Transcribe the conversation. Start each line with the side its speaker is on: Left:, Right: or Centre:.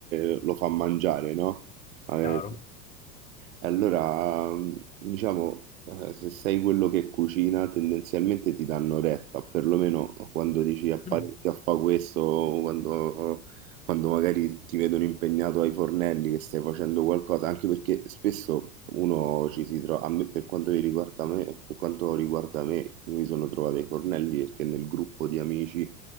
Right: eh, lo fa mangiare, no? Eh,
Left: Chiaro?
Right: allora, mh, diciamo, eh, se sei quello che cucina, tendenzialmente ti danno retta, perlomeno quando dici a parecchio
Left: <clears throat> <laughs>
Right: a fa questo, o quando, quando magari ti vedono impegnato ai fornelli che stai facendo qualcosa, anche perché spesso uno ci si trova, a me, per quanto mi riguarda me, per quanto riguarda me, io mi sono trovato ai fornelli perché nel gruppo di amici